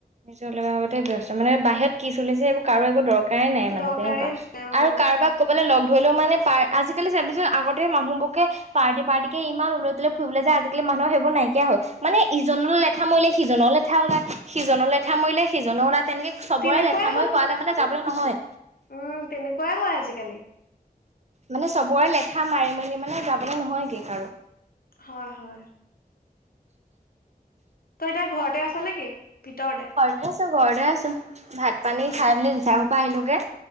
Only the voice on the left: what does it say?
দৰকাৰেই
নাই অ
তেনেকুৱাই
উমঁ তেনেকুৱাই হয় আজিকালি।
হয়ঁ হয়ঁ! তই এতিয়া ঘৰতে আছ নেকি ভিতৰতে।
অ